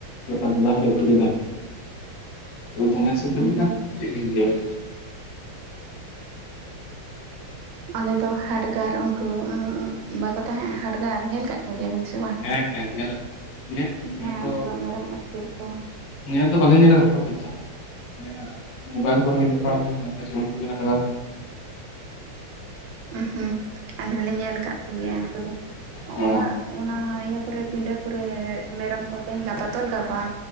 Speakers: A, on the left; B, on the right.
A: ᱢᱤᱫᱴᱟᱝ ᱫᱟ-ᱫᱟ ᱦᱟᱲ ᱮ ᱩᱛᱩ
B: ᱩᱸᱦᱩᱸ
A: ᱞᱮᱫᱟ ᱫᱚᱢᱮ ᱥᱤᱵᱤᱞ
B: ᱩᱸᱦᱩᱸ
A: ᱞᱮᱱᱟ ᱪᱮᱫ ᱵᱮᱧ ᱞᱟᱹᱭᱟ
B: ᱚᱸᱰᱮ ᱫᱚ ᱦᱟᱰᱜᱟᱨ ᱩᱱᱠᱩ ᱵᱟᱠᱚ ᱛᱟᱦᱮᱸ-ᱟ ᱦᱟᱰᱜᱟᱨ ᱧᱮᱞ ᱠᱟᱜ ᱵᱷᱭᱟᱵᱤᱱ ᱥᱮ ᱵᱟᱝ
A: ᱦᱮᱸ ᱦᱮᱸ ᱧᱮᱞ ᱟᱠᱟᱫ ᱠᱚ ᱧᱮᱞ ᱧᱮᱞ
B: ᱦᱮᱸ
A: ᱫᱚ
B: ᱩᱱᱠᱩ ᱢᱮᱨᱚᱢ ᱟᱹᱛᱠᱤᱨ ᱠᱚ'
A: ᱧᱮᱞ ᱫᱚ ᱵᱟᱹᱞᱤᱧ ᱧᱮᱞ ᱟᱠᱟᱫ ᱠᱚᱣᱟ ᱦᱳᱭᱛᱳ ᱦᱟᱸᱜ ᱢᱟᱱᱮ ᱦᱟᱜ ᱢᱳᱵᱟᱭᱤᱞ ᱠᱚᱨᱮ ᱜᱮ ᱧᱮᱞ ᱵᱟᱲᱟ ᱦᱩᱭ ᱟᱠᱟᱱᱟ ᱪᱲᱤ ᱠᱚᱜ ᱦᱟ
B: ᱩᱦ ᱦᱩᱸ ᱟᱞᱮ ᱦᱚᱸᱞᱮ ᱧᱮᱞ ᱟᱠᱟᱫ ᱠᱚᱜᱮᱭᱟ ᱩᱱᱠᱩ ᱫᱚ ᱾
A: ᱚ
B: ᱚᱲᱟᱜ ᱚᱱᱟ ᱤᱭᱟᱹ ᱛᱟᱨᱯᱚᱨᱮ ᱯᱤᱸᱰᱟᱹ ᱠᱚᱨᱮ ᱢᱮᱨᱚᱢ ᱠᱚ ᱛᱟᱦᱮᱸ ᱠᱟ ᱯᱟ ᱛᱚᱞ ᱠᱟᱠᱚᱣᱟ